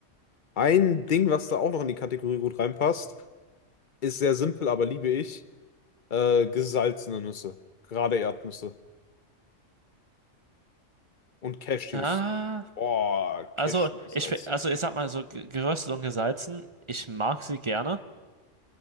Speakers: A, on the left; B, on the right.
A: Ein Ding, was da auch noch in die Kategorie gut reinpasst, ist sehr simpel, aber liebe ich. Äh, gesalzene Nüsse. Gerade Erdnüsse. Und Cashews.
B: Ah,
A: Boah,
B: also
A: Cashew gesalzen.
B: ich, fi- also ich sag mal so ge- geröstet und gesalzen. Ich mag sie gerne.